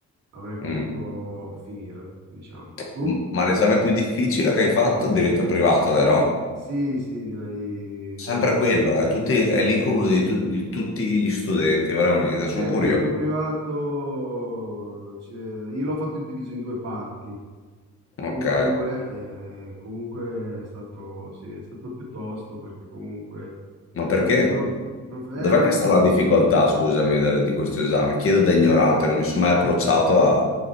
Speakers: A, on the right; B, on the left.
A: avrei potuto
B: Mm.
A: finire, diciamo. Tu?
B: M- Ma l'esame più difficile che hai fatto è diritto privato,
A: Eh,
B: vero?
A: sì, sì, direi,
B: Sempre
A: direi.
B: quello, è, tutti, è l'incubo di, tu- di tutti gli studenti, veramente,
A: Eh,
B: sono curioso.
A: diritto privato, cioè, io l'ho fatto diviso in due parti, 1-2,
B: Ok,
A: eh, comunque è stato, sì, è stato piuttosto perché comunque
B: ma perché?
A: anche i pro- prof- eh,
B: Dov'è
A: ma
B: che
A: per-
B: sta la difficoltà, scusami, del- di questo esame? Chiedo da ignorante, non mi sono mai approcciato a-